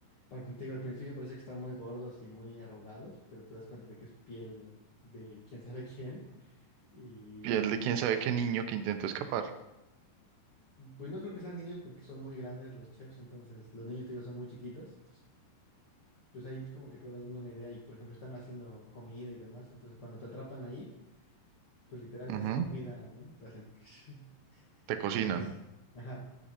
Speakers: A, on the left (about 65°); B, on the right (about 85°).
A: al, prin- te digo, al principio parece que están muy gordos y muy arrugados, pero te das cuenta de que es piel de quién sabe quién. <laughs>
B: Piel de quién sabe qué niño que intentó escapar.
A: Pues no creo que sean niños porque son muy grandes los chefs, entonces los niños, te digo, son muy chiquitos. Entonces, pues ahí como que te vas dando una idea y, por ejemplo, están haciendo comida y demás. Entonces, cuando te atrapan ahí, pues literal
B: Ujú,
A: te hacen comida, ¿no? Te hacen... <laughs>
B: Te cocinan.
A: Entonces, ajá.